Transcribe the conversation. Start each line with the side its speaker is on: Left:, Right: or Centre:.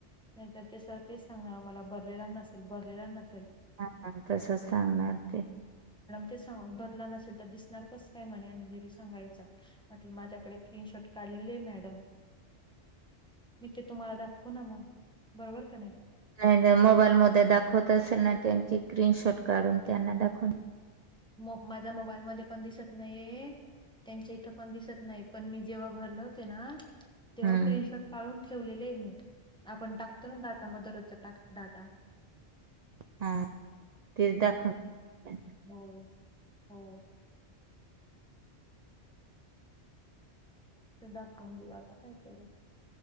Centre: नाही तर ते सरं तेच सांगणार मला भरलेला नसेल भरलेला नसेल,
Right: हा हा तसच सांगणार ते
Centre: तेच सांगाव भरला नसेल तर दिसणार कस काय म्हने? अंजली सांगायच म्हटलं माझ्याकडे स्क्री नशॉट काढलेले आहे मॅडम. मी ते तुम्हाला दाखवू ना म बरोबर का नाही?
Right: नाही नाही मोबाईल मध्ये दाखवत असेल ना त्यांची स्क्रीनशॉट काढून त्यांना दाखव <unintelligible>
Centre: म माझ्या मोबाईल मध्ये पण दिसत नाहीये, त्यांच्या इथं पण दिसत नाही, पण मी जेव्हा भरल होते ना- तेव्हा
Right: हम्म
Centre: स्क्रीनशॉट काढून ठेवलेलेए मी आपण टाकतो ना डाटामध्ये रोजचा टाक डाटा
Right: हा -ते दाखवून <unintelligible> पण
Centre: होय हो ते दाखवून देऊया आता काय करू?